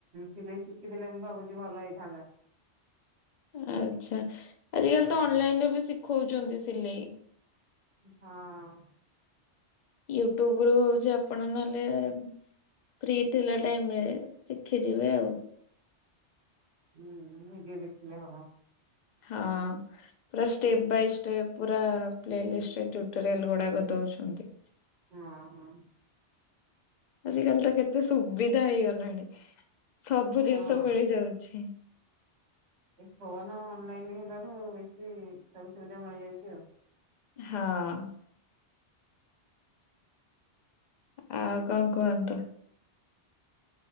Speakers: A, on the right; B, on the left.
A: ସିଲେଇ ଶିଖିଦେଲେ ମୁଁ ଭାବୁଛି ଭଲ ହେଇଥାନ୍ତା।
B: ଆଚ୍ଛା, ଆଜିିକାଲି ତ ଅନଲାଇନରେ ବି ଶିଖଉଚନ୍ତି ସିଲେଇ।
A: ହଁ
B: ୟୁଟ୍ୟୁବରୁ ହଉଛି ଆପଣ ନହେଲେ- - ଫ୍ରି ଥିଲା ଟାଇମ ରେ ଶିଖିଯିବେ ଆଉ।
A: ହୁଁ ନିିଜେ ଦେଖିଲେ ହବ।
B: ହଁ ପୁରା ଷ୍ଟେପ ବାଇ ଷ୍ଟେପ ପୁରା ପ୍ଳେଲିଷ୍ଟ ଟ୍ୟୁଟୋରିଆଲ ଗୁଡା ଦେଉଛନ୍ତି।
A: ହଁ ହଁ
B: ଆଜି କାଲି ତ କେତେ ସୁବିଧା ହେଇଗଲାଣି। ସବୁ
A: ହଁ
B: ଜିନିଷ ମିଳି ଯାଉଛି।
A: ଏ ଫୋନ ଅନଲାଇନ ହେଲାଠୁ ବେଶୀ ସବୁ ସୁବିଧା ମିଳିଯାଉଚି ଆଉ।
B: ହଁ ଆଉ କଂ କୁହନ୍ତୁ?